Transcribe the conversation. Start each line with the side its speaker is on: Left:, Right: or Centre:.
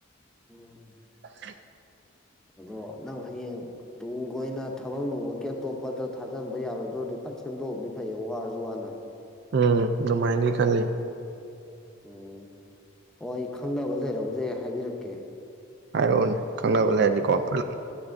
Centre: ꯎꯝ꯫
Right: <unintelligible>
Centre: ꯑꯗꯣ ꯅꯪ ꯍꯌꯦꯡ꯫ ꯇꯨꯡ ꯀꯣꯏꯅ ꯊꯕꯛ ꯅꯨꯡꯉꯛꯀꯤ ꯑꯇꯣꯞꯄꯗ ꯊꯥꯖꯟꯕ ꯌꯥꯔꯣꯏꯗꯧꯗꯤ ꯐꯠ ꯁꯦꯝꯗꯣꯛꯈꯤꯕꯗꯤ ꯐꯩꯌꯦ ꯋꯥꯔꯁꯨ ꯋꯥꯅ꯫
Right: ꯎꯝ ꯑꯗꯨꯃꯥꯏꯅꯗꯤ ꯈꯜꯂꯤ꯫
Centre: ꯎꯝ ꯑꯣ ꯑꯩ ꯈꯪꯅꯕ ꯂꯩꯔꯕꯨꯗꯤ ꯑꯩ ꯍꯥꯏꯕꯤꯔꯛꯀꯦ꯫
Right: ꯍꯥꯏꯔꯛꯑꯣꯅꯦ ꯈꯪꯅꯕ ꯂꯩꯔꯗꯤꯀꯣ
Centre: ꯎꯝ
Right: ꯀꯃꯥꯏ